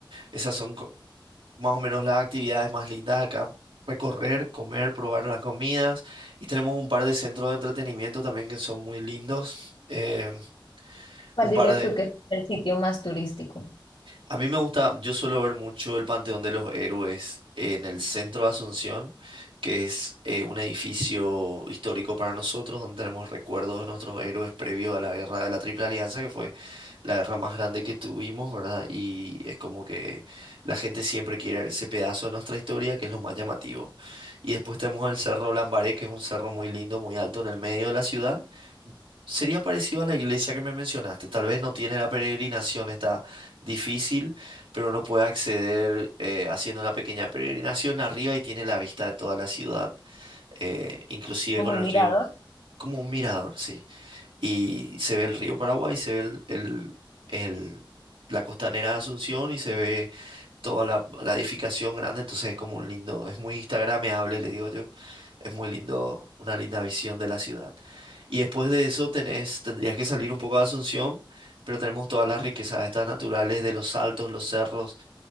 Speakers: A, on the right (about 85°); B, on the left (about 80°).
A: Esas son co- más o menos las actividades más lindas de acá. Recorrer, comer, probar las comidas. Y tenemos un par de centros de entretenimiento también que son muy lindos. Eh,
B: ¿Cuál
A: un
B: dirías
A: par de...
B: tú que es el sitio más turístico?
A: A mí me gusta, yo suelo ver mucho el Panteón de los Héroes en el centro de Asunción, que es eh, un edificio histórico para nosotros, donde tenemos recuerdos de nuestros héroes previo a la guerra de la Triple Alianza, que fue la guerra más grande que tuvimos, ¿verdad? Y es como que la gente siempre quiere ver ese pedazo de nuestra historia, que es lo más llamativo. Y después tenemos el Cerro Lambaré, que es un cerro muy lindo, muy alto en el medio de la ciudad Sería parecido a la iglesia que me mencionaste. Tal vez no tiene la peregrinación, está difícil, pero uno puede acceder eh, haciendo una pequeña peregrinación arriba y tiene la vista de toda la ciudad, eh, inclusive
B: Como
A: con
B: un
A: el
B: mirador.
A: río, como un mirador, sí. Y se ve el río Paraguay, se ve el, el- el- la costanera de Asunción y se ve toda la, la edificación grande, entonces es como un lindo, es muy instagramable, le digo yo. Es muy lindo, una linda visión de la ciudad. Y después de eso tenés, tendrías que salir un poco de Asunción, pero tenemos todas las riquezas estas naturales de los saltos, los cerros.